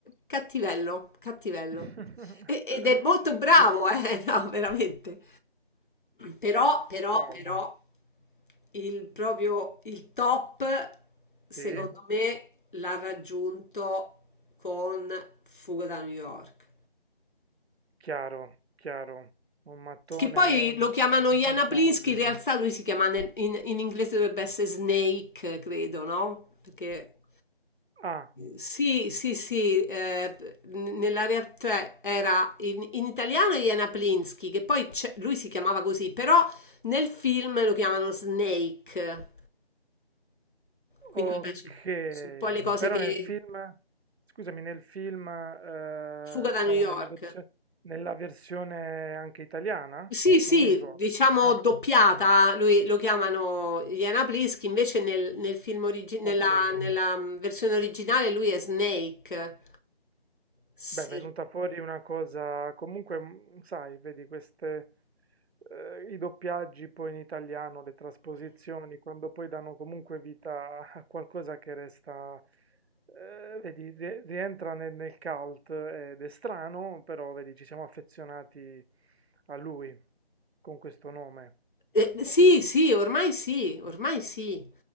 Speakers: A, on the left; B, on the right.
A: cattivello, cattivello.
B: <laughs>
A: E- ed è molto bravo,
B: Di-
A: eh, <laughs> no, veramente. Però, però,
B: Wow,
A: però, il proprio, il top, secondo
B: sì,
A: me, l'ha raggiunto con Fuga da New York.
B: chiaro, chiaro. Un mattone
A: Che poi
B: un-
A: lo chiamano
B: importante.
A: Iana Plinsky, in realtà lui si chiama nel- in, in inglese dovrebbe essere Snake, credo, no? Perché
B: Ah.
A: sì, sì, sì, eh, n- nella realtà era in, in italiano Iana Plinsky, che poi c'è- lui si chiamava così, però nel film lo chiamano Snake. Quindi
B: Ok,
A: vabbè, sono un po' le cose
B: però
A: che...
B: nel film, scusami, nel film, eh,
A: Fuga da
B: diciamo
A: New York.
B: nella versione, nella versione anche italiana?
A: Sì, sì,
B: Non mi ricordo.
A: diciamo
B: Ah,
A: doppiata, lui, lo chiamano Iana Plisk, invece nel, nel film origi- nella,
B: ok.
A: nella versione originale lui è Snake. Se-
B: Beh, è venuta fuori una cosa, comunque, mm, sai, vedi queste, eh, i doppiaggi poi in italiano, le trasposizioni, quando poi danno comunque vita a qualcosa che resta, eh, vedi, rie- rientra nel, nel cult ed è strano, però vedi, ci siamo affezionati a lui con questo nome.
A: Eh, sì, sì, ormai sì, ormai sì.